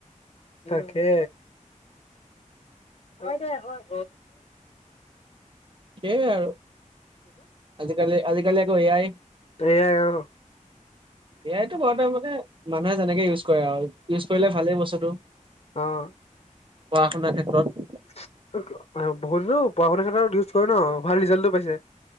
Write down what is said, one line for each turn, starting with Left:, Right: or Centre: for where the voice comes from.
Left: তাকে হয় দে হয়
Right: সেইয়াই আৰু আজিকালি আজিকালি আকৌ এআই
Left: এ আই আৰু
Right: এ আই তো বৰতে মানে মানুহে যেনেকে ইউজ কৰে আৰু ইউজ কৰিলে ভালেই বস্তুটো
Left: অঁ
Right: পঢ়া শুনাৰ ক্ষেত্ৰত
Left: বহুতেতো পঢ়া শুনাৰ ক্ষেত্ৰত ইউজ কৰে ন ভাল ৰিজাল্টো পাইছে।